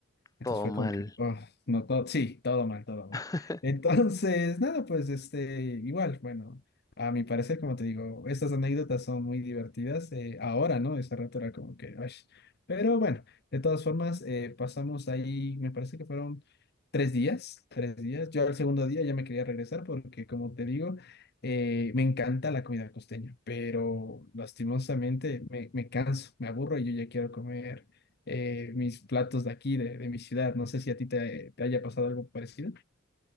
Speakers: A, on the left; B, on the left.
A: Entonces
B: todo
A: fue
B: mal.
A: como que, oh, no, todo, sí, todo mal, todo mal.
B: <laughs>
A: Entonces, <laughs> nada, pues este, igual, bueno, a mi parecer, como te digo, estas anécdotas son muy divertidas. eh, ahora, ¿no? Ese rato era como que, ay. Pero bueno, de todas formas, eh, pasamos ahí, me parece que fueron tres días, tres días. Yo al segundo día ya me quería regresar porque, como te digo, eh, me encanta la comida costeña, pero lastimosamente me, me canso, me aburro y yo ya quiero comer eh, mis platos de aquí, de, de mi ciudad. No sé si a ti te, te haya pasado algo parecido.